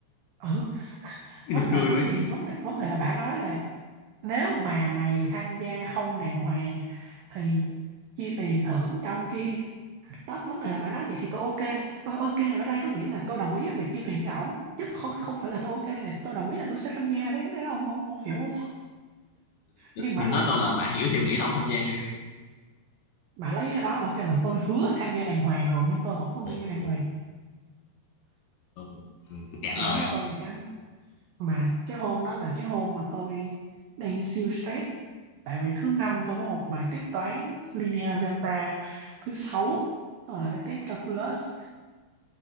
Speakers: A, on the right; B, on the left.
A: ừ
B: cái
A: vấn
B: nó
A: đề
B: cười
A: là cái
B: mấy
A: gì vấn đề vấn đề là bà nói là nếu mà mày tham gia không đàng hoàng thì chia tiền thưởng cho ông kia đó vấn đề là bà nói vậy thì tôi ok tôi ok ở đây có nghĩa là tôi đồng ý về chia tiền cho ổng chứ không không phải là tôi ok đây là tôi đồng ý là tôi sẽ tham gia đấy đấy ông ông, ông hiểu không nhưng bà
B: đừng,
A: là
B: nói tôi là bạn hiểu theo nghĩ là ông tham gia nha
A: bà lấy cái đó bà kêu là tôi hứa tham gia đàng hoàng rồi nhưng tôi vẫn không
B: ừ,
A: tham gia đàng
B: ừ,
A: hoàng
B: ừ, ừ, tôi cạn
A: bà
B: lời
A: nói với
B: không
A: tôi vậy đó mà cái hôm đó là cái hôm mà tôi đang siêu stress tại vì thứ năm tôi có một bài test toán linear algebra thứ sáu tôi là bài test calculus